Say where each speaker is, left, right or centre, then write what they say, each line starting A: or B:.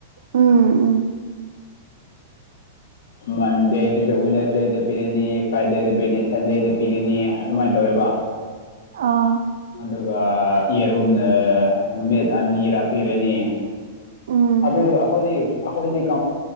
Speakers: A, on the right; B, on the left.
A: ꯎꯝ ꯎꯝ
B: ꯃꯟꯗꯦ ꯇꯨꯁꯗꯦꯗ ꯄꯤꯔꯅꯤ ꯐ꯭ꯔꯥꯏꯗꯦꯗ ꯄꯤꯔꯅꯤ ꯁꯟꯗꯦꯗ ꯄꯤꯔꯅꯤ ꯑꯗꯨꯃꯥꯏꯅ ꯇꯧꯋꯦꯕ
A: ꯑ
B: ꯑꯗꯨꯒ ꯌꯦꯔꯨꯝꯅ ꯅꯨꯃꯤꯠ ꯑꯅꯤꯔꯥꯄꯤꯔꯅꯤ
A: ꯎꯝ
B: ꯑꯗꯨ ꯑꯩꯈꯣꯏꯗꯤ ꯑꯩꯈꯣꯏꯗꯤ